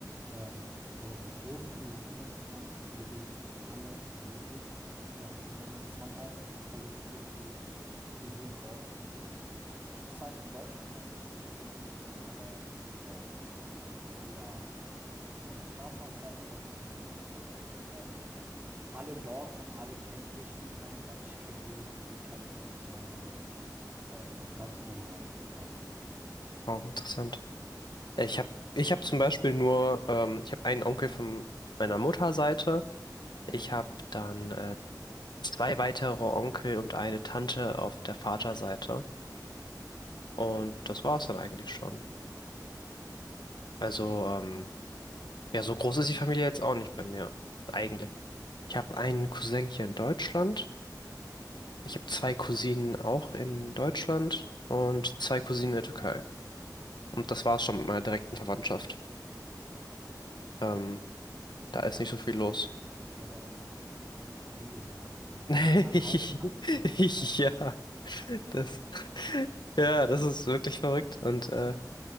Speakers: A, on the right (about 25°); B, on the left (about 85°).
A: äh, oder die Großcousinen von meiner Mutter, die leben alle in Belgien und das sind von der Anzahl auch ungefähr so viele wie, wie hier in Dortmund ich muss sagen, in Deutschland tatsächlich wohnen, wohnen alle in Dortmund. Entweder von meiner Vaterseite oder von meiner Mutterseite. Ähm, alle in Dortmund, alle kennen sich untereinander. Ich kenne jeden, die kennen uns. Also ähm, ganz normal quasi.
B: Oh, interessant. Ich habe ich hab zum Beispiel nur, ähm, ich habe einen Onkel von meiner Mutterseite. Ich habe dann äh, zwei weitere Onkel und eine Tante auf der Vaterseite. Und das war es dann eigentlich schon. Also, ähm, ja, so groß ist die Familie jetzt auch nicht bei mir. Eigentlich. Ich habe einen Cousin hier in Deutschland. Ich habe zwei Cousinen auch in Deutschland und zwei Cousinen in der Türkei. Und das war's schon mit meiner direkten Verwandtschaft. Ähm, da ist nicht so viel los.
A: Das, das wäre bei mir einfach eine Familie, wäre das bei mir.
B: <laughs>
A: Also ein Haushalt, was quasi
B: Ja,
A: deine ganze
B: das,
A: Familie wäre.
B: ja, das ist wirklich verrückt. Und äh,